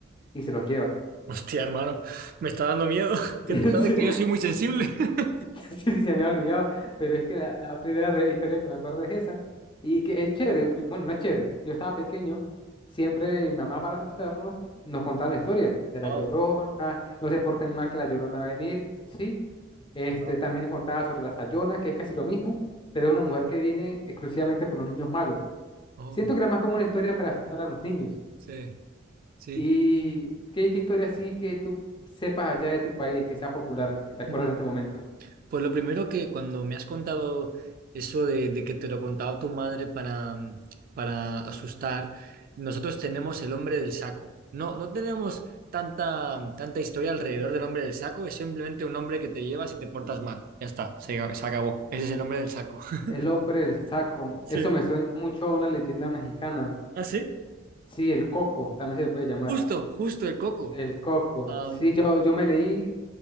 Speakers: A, on the left; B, on the right.
A: y se los lleva.
B: Hostia, hermano, me está dando miedo, <laughs> que
A: <laughs>
B: tú sabes
A: Sí,
B: que yo soy muy sensible. <laughs>
A: <laughs> Sí, sí, se me ha olvidado, pero es que la, la primera re- historia que me acuerdo es esa. Y que es chévere, yo- bueno, no es chévere. Yo estaba pequeño, siempre mi mamá para asustarnos nos contaba la historia de
B: Wow,
A: la Llorona, no se porten mal que la Llorona va a venir, ¿sí? Este,
B: wow,
A: también contaba sobre la Sayona, que es casi lo mismo, pero es una mujer que viene exclusivamente por los niños malos.
B: oh,
A: Siento que era más como una historia para asustar a los niños.
B: sí, sí.
A: ¿Y qué, qué historia así que tú sepas allá de tu país, que sea popular, que te acuerdas
B: Mm.
A: en este momento?
B: Pues lo primero que cuando me has contado eso de, de que te lo contaba tu madre para, para asustar, nosotros tenemos el hombre del saco. No, no tenemos tanta, tanta historia alrededor del hombre del saco, es simplemente un hombre que te lleva si te portas mal. Ya está, se, se acabó. Ese es el hombre del saco. <laughs>
A: El hombre del saco.
B: Sí.
A: Eso me suena mucho a una leyenda mexicana.
B: ¿Ah, sí?
A: Sí, el coco, también se le puede llamar.
B: Justo, justo el coco.
A: El coco.
B: Am,
A: Sí, yo, yo me leí